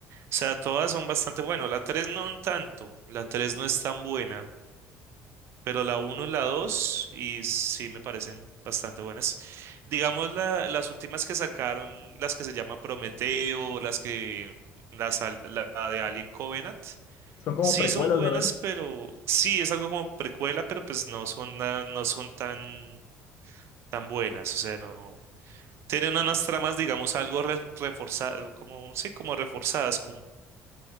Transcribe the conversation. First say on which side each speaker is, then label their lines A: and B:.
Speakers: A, on the right; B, on the left.
A: sea, todas son bastante buenas. La 3 no un tanto, la 3 no es tan buena. Pero la uno y la 2 y sí me parecen bastante buenas. Digamos, la- las últimas que sacaron, las que se llama Prometeo, las que, las, al- la, la de Alien Covenant,
B: Son como
A: sí
B: precuelas,
A: son buenas,
B: ¿verdad?
A: pero sí es algo como precuela, pero pues no son, na- no son tan, tan buenas. O sea, no tienen unas tramas, digamos, algo re- reforzadas, como, sí, como reforzadas,